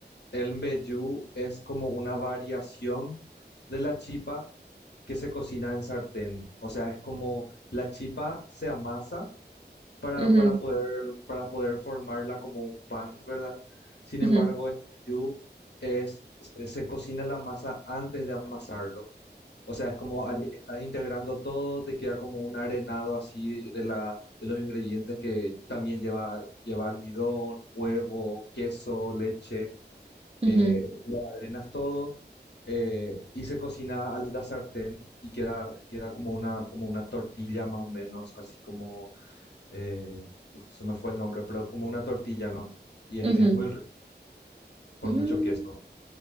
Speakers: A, on the left; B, on the right.
A: el mbejú es como una variación de la chipa que se cocina en sartén. O sea, es como la chipa se amasa para,
B: Ujú,
A: para poder, para poder formarla como un pan, ¿verdad? Sin
B: ujú,
A: embargo, el mbejú es, es- se cocina la masa antes de amasarlo. O sea, es como ali- estás integrando todo, te queda como un arenado así de la, de los ingredientes que también lleva, lleva almidón, huevo, queso, leche,
B: ujú,
A: eh,
B: ujú,
A: lo arenas todo. eh, y se cocina a la sartén y queda, queda como una, como una tortilla más o menos, así como eh, uf, se me fue el nombre, pero es como una tortilla, ¿no? Y es,
B: ujú.
A: es muy rico, con
B: Mm.
A: mucho queso.